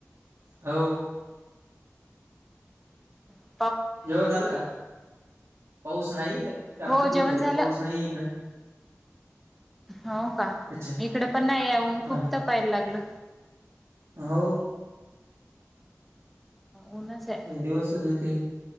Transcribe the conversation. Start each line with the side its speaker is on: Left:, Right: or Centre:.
Right: हो
Centre: हा
Right: जेव्हा झालं का? पाऊस नाही चार
Centre: हो
Right: पाच दिवस
Centre: जेवण
Right: झाले
Centre: झालं
Right: पाऊस नाही इकडे
Centre: हो का.
Right: अच्छा
Centre: इकडे पण नाही आहे. ऊन खूप
Right: हा
Centre: तपायला लागलं.
Right: हो.
Centre: ऊनच हाय.
Right: दिवसच होते.